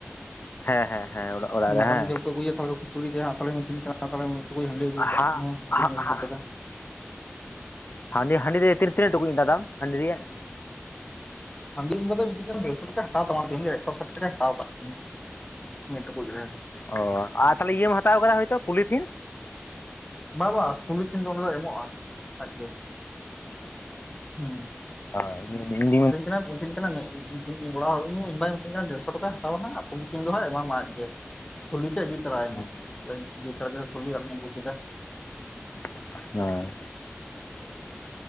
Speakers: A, on the left; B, on the left.
A: ᱦᱮᱸ ᱦᱮᱸ ᱦᱮᱸ ᱚᱲᱟᱜ
B: ᱢᱮᱨᱚᱢ
A: ᱨᱮ ᱦᱮᱸ
B: ᱡᱮᱞ ᱠᱚ ᱟᱹᱜᱩᱭᱟ ᱪᱩᱲᱤ ᱡᱮ ᱦᱟᱸᱜ ᱛᱟᱞᱮ ᱢᱤᱛᱟᱹᱧ ᱠᱟᱱᱟ ᱛᱟᱦᱮ ᱢᱤᱫ ᱴᱩᱠᱩᱡ ᱦᱟᱸᱰᱤ ᱟᱹᱜᱩ
A: ᱦᱟᱸ
B: ᱠᱟᱜ ᱢᱮ ᱦᱟᱺᱰᱤᱧ
A: ᱦᱟᱸ
B: ᱟᱹᱜᱩ ᱠᱟᱫᱟ
A: ᱦᱟᱸᱰᱤ ᱦᱟᱸᱰᱤ ᱨᱮ ᱛᱤᱱ ᱛᱱᱟᱹᱜ ᱴᱩᱠᱩᱡ ᱨᱮᱱᱟᱜ ᱫᱟᱢ ᱦᱟᱺᱰᱤ ᱨᱮᱭᱟᱜ?
B: ᱥᱟᱺᱜᱤᱧ ᱠᱚᱫᱚ ᱵᱤᱥᱤ ᱠᱟᱭᱛᱮ ᱫᱮᱲᱥᱚ ᱴᱟᱠᱟᱭ ᱦᱟᱛᱟᱣ ᱛᱟᱢᱟ ᱛᱮᱹᱦᱮᱹᱧ ᱫᱚ ᱮᱠᱥᱚ ᱥᱟᱴ ᱴᱟᱠᱟᱭ ᱦᱟᱛᱟᱣ ᱟᱠᱟᱫᱜ ᱹ ᱢᱩᱸ, ᱢᱤᱫ ᱴᱩᱠᱩᱡ ᱦᱮᱸ᱾
A: ᱚᱻ ᱟᱨ ᱛᱟᱦᱞᱮ ᱤᱭᱟᱹᱢ ᱦᱟᱛᱟᱣ ᱟᱠᱟᱫᱟ ᱦᱚᱭᱛᱳ ᱯᱚᱞᱤᱛᱷᱤᱱ ᱾
B: ᱵᱟ-ᱵᱟ ᱯᱚᱞᱤ ᱛᱷᱤᱱ ᱫᱚ ᱚᱱᱟ ᱫᱚ ᱮᱢᱚᱜᱼᱟ ᱟᱡ ᱜᱮ, ᱦᱩᱸ ᱾
A: ᱦᱚᱭ, ᱞᱤᱞ ᱤᱸᱝᱤᱝᱠ ᱾
B: ᱵᱷᱮᱱᱛᱨᱟᱢᱩ ᱵᱷᱮᱱᱛᱨᱟ ᱢᱮ ᱾ ᱤᱧ ᱚᱲᱟᱜ ᱦᱚᱲ ᱤᱧ ᱵᱟᱭ ᱢᱤᱛᱟᱹᱧ ᱠᱟᱱᱟ ᱰᱮᱲᱥᱚ ᱴᱟᱠᱟᱭ ᱦᱟᱛᱟᱣᱟ ᱦᱟᱸᱜ ᱯᱩᱞᱤᱛᱷᱤᱱ ᱫᱚ ᱦᱟᱸᱜ ᱮᱢᱟ ᱢᱟᱭ ᱟᱡ ᱜᱮ ᱾ ᱛᱷᱩᱞᱤ ᱛᱮ ᱤᱫᱤ ᱛᱟᱨᱟᱭ
A: ᱦᱩᱸ
B: ᱢᱮ ᱟᱫᱚᱧ ᱤᱫᱤ ᱛᱟᱨᱟ ᱠᱮᱫᱟ ᱛᱷᱩᱞᱤ ᱟᱨᱦᱚᱧ ᱟᱹᱜᱩ ᱠᱮᱫᱟ ᱾
A: ᱦᱮᱸ ᱾